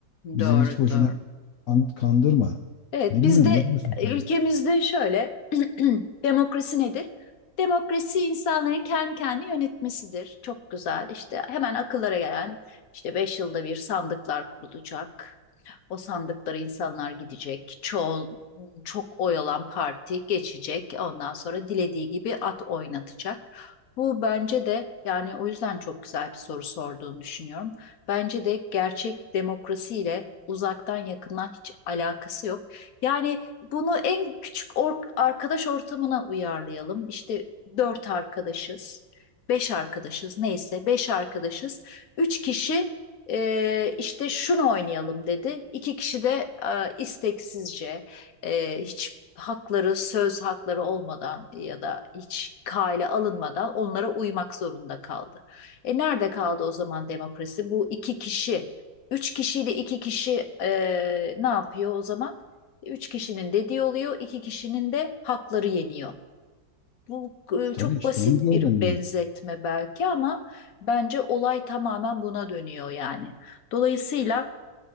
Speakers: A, on the left; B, on the left.
A: hı.
B: Bizi
A: Doğru,
B: hiç boşuna
A: doğru.
B: kan- kandırma.
A: Evet,
B: Bilmiyorum
A: bizde
B: ne diyorsun sen?
A: ülkemizde şöyle <clears throat> demokrasi nedir? Demokrasi insanların kendi kendini yönetmesidir. Çok güzel. İşte hemen akıllara gelen işte beş yılda bir sandıklar kurulacak. O sandıkları insanlar gidecek. Çoğu, çok oy alan parti geçecek. Ondan sonra dilediği gibi at oynatacak. Bu bence de yani o yüzden çok güzel bir soru sorduğunu düşünüyorum. Bence de gerçek demokrasiyle uzaktan yakından hiç alakası yok. Yani bunu en küçük or- arkadaş ortamına uyarlayalım. İşte dört arkadaşız, beş arkadaşız neyse beş arkadaşız. Üç kişi e, işte şunu oynayalım dedi. İki kişi de e, isteksizce e, hiç hakları söz hakları olmadan ya da hiç kale alınmadan onlara uymak zorunda kaldı. E nerede kaldı o zaman demokrasi? Bu iki kişi, üç kişiyle iki kişi e, ne yapıyor o zaman? Üç kişinin dediği oluyor, iki kişinin de hakları yeniyor. Bu e,
B: Tabii
A: çok
B: işte
A: basit
B: onu diyorum.
A: bir benzetme belki ama bence olay tamamen buna dönüyor yani. Dolayısıyla